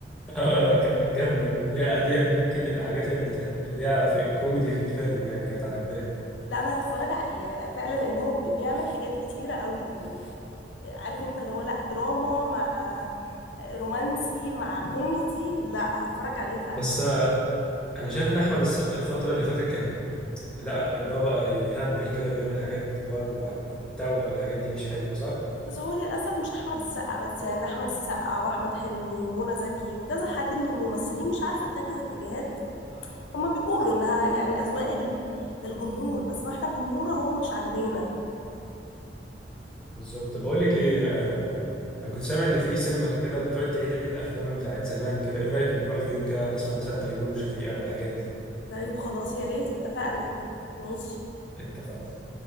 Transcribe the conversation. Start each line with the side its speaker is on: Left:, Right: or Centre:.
Centre: اه لا كانت جامدة ودي دي ممكن الحاجات اللي كانت اللي هي في الكوميدي في الفيلم يعني كانت عجباني
Left: لا انا هتفرج عليه فعلا لان هو بي- بيعمل حاجات كتيره قوي يعني عارف انت اللي هو لا دراما مع رومانسي مع كوميدي لا هتفرج عليه فعلا
Centre: بس آه، انا شايف ان احمد السقا الفترة اللي فاتت كان لا اللي هو بقى يهبل كده بيعمل حاجات اللي هو العتاولة والحاجات دي مش حلوة صح؟
Left: بس هو للاسف مش احمد السقا بس يعني ده احمد السقا واحمد حلمي ومنى زكي وكذا حد من الممثلين مش عارفه اتجهوا اتجاهات هما بيقولوا انها يعني اذواق ال- الجمهور بس ما احنا الجمهور هو مش عاجبانا
Centre: بالظبط بقول لك ايه آه، انا كنت سامع ان في سينما كده بتقعد تعيد الافلام بتاعت زمان كده ايه رأيك نروح في يوم كده نسمع مثلا تيمور وشفيقة والحاجات دي
Left: طيب خلاص يا ريت اتفقنا ماشي
Centre: اتفقنا